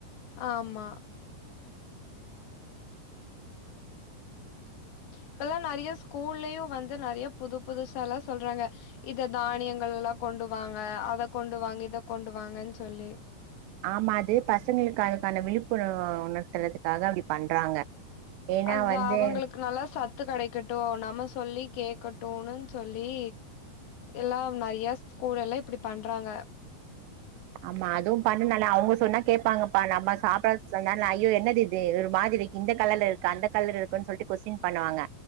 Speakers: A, on the left; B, on the right.
A: ஆமா இப்பல்லா நெறைய ஸ்கூல்லயு வந்து நெறைய புது புதுசால்லா சொல்றாங்க இத தானியங்கள்ல்லா கொண்டுவாங்க அத கொண்டுவாங்க இத கொண்டுவாங்கன் சொல்லி
B: ஆமா அது பசங்களுக்கு அதுக்கான விழிப்புணர் உணர்த்தறதுக்காக அப்டி பண்றாங்க ஏன்னா
A: அதா
B: வந்து
A: அவங்களுக்கு நல்லா சத்து கெடைக்கட்டு நம்ம சொல்லி கேக்கட்டுனு சொல்லி எல்லாம் நெறைய ஸ்கூல் எல்லா இப்பிடி பண்றாங்க
B: ஆமா அதுவு பண்ணுனல்ல அவுங்க சொன்னா கேப்பாங்கப்பா நம்ம சாப்பட்றக் சொன்னா ஐயோ என்னதிது ஒரு மாதிரி இந்த கலர்ல இருக்கு அந்த கலர் இருக்குன் சொல்ட்டு கொஸ்டின் பண்ணுவாங்க